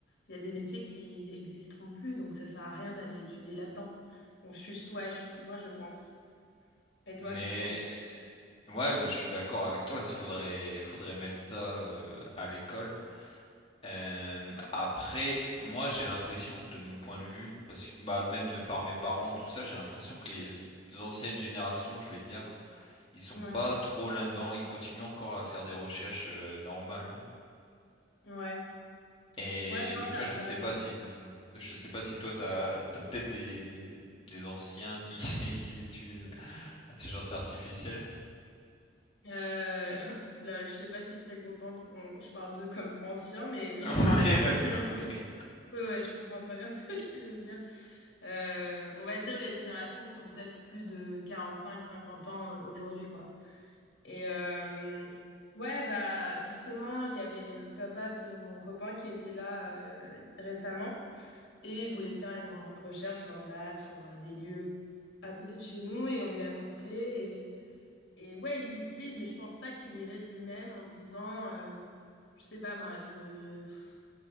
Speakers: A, on the left (about 70°); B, on the left (about 30°).
A: Il y a des métiers qui existeront plus, donc ça sert à rien d'aller étudier là-dedans. Donc, je suis, ouais, je suis, moi, je pense. Et toi,
B: Mais
A: qu'est-ce que t'en penses?
B: ouais, bah, je suis d'accord avec toi, il faudrait faudrait mettre ça euh, à l'école. Euh, après, moi j'ai l'impression de mon point de vue, parce que bah, même de par mes parents, tout ça, j'ai l'impression que les anciennes générations, je vais dire, ils sont
A: Ouais,
B: pas trop là-dedans, ils continuent encore à faire des recherches euh, normales.
A: ouais.
B: Et
A: Ouais, non,
B: ben, toi,
A: t'as,
B: je
A: t'as
B: sais
A: raison.
B: pas si je sais pas si toi t'as t'as peut-être des des anciens qui, <laughs> qui utilisent l'intelligence artificielle.
A: Euh, <laughs> là, je sais pas s'il serait content qu'on je parle d'eux comme anciens, mais oui,
B: <laughs> Ouais,
A: <laughs>
B: bah, tu m'as compris.
A: ouais, ouais, je comprends très bien <laughs> ce que tu veux dire. Euh, on va dire les générations qui ont peut-être plus de 45 50 ans euh, aujourd'hui, quoi. Et euh, ouais, bah justement, il y avait le papa de mon copain qui était là euh, récemment et il voulait faire une re- recherche lambda sur euh, des lieux à côté de chez nous et on lui a montré Et ouais, il l'utilise, mais je pense pas qu'il irait de lui-même en se disant, euh, je sais pas moi, je, pff,